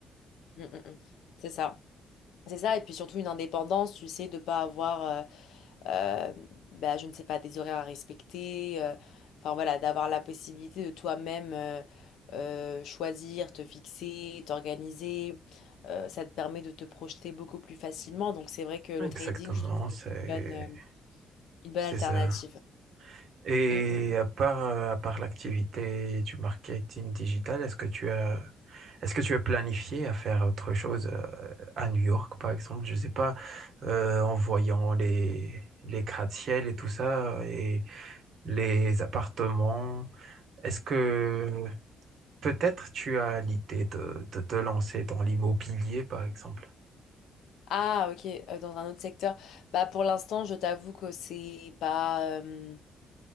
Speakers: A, on the left; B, on the right.
A: Mm, mm, mm. C'est ça. C'est ça, et puis surtout une indépendance, tu sais, de pas avoir euh, bah, je ne sais pas, des horaires à respecter, euh, enfin voilà, d'avoir la possibilité de toi-même euh, euh, choisir, te fixer, t'organiser, euh, ça te permet de te projeter beaucoup plus facilement. Donc c'est vrai que le
B: Exactement,
A: trading, je trouve que
B: c'est
A: c'est une bonne, euh, une bonne
B: c'est
A: alternative.
B: ça. Et
A: Mm, mm, mm.
B: à part, euh, à part l'activité du marketing digital, est-ce que tu as est-ce que tu as planifié à faire autre chose euh, à New York, par exemple? Je sais pas, euh, en voyant les les gratte-ciel et tout ça et les appartements. Est-ce que Peut-être tu as l'idée de, de te lancer dans l'immobilier, par exemple.
A: Ah, ok, euh, dans un autre secteur. Bah, pour l'instant, je t'avoue que c'est pas. euh,